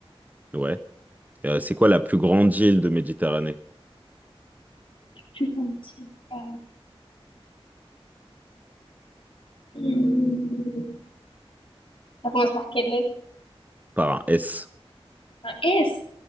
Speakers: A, on the right; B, on the left.
A: Ouais. Euh, c'est quoi la plus grande île de Méditerranée?
B: Plus grand métier. Euh... hum, Ça commence par quelle lettre?
A: Par un S.
B: Un S.